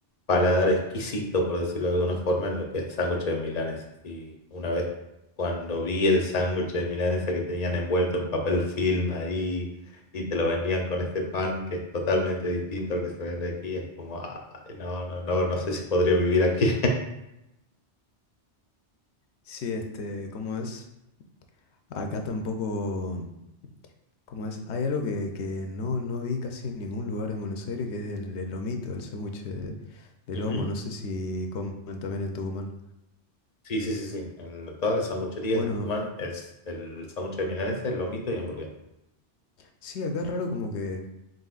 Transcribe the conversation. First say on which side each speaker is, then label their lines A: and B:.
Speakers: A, on the left (about 45°); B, on the left (about 70°).
A: paladar exquisito, por decirlo de alguna forma, en lo que es sándwich de milanesa. Y una vez cuando vi el sándwich de milanesa que tenían envuelto en papel film ahí y te lo vendían con ese pan que es totalmente distinto al que se vende aquí, es como, ay, no, no, no, no sé si podría vivir aquí.
B: Sí, este, ¿cómo es? Acá tampoco, ¿cómo es? Hay algo que, que no, no vi casi en ningún lugar en Buenos Aires, que es el, el lomito, el sándwich de, de
A: <laughs>
B: lomo. No sé si comen también en Tucumán.
A: Sí, sí, sí, sí. En todas las sangucherías
B: Bueno,
A: de Tucumán es el sándwich de milanesa, el lomito y hamburguesa.
B: sí, acá es raro como que...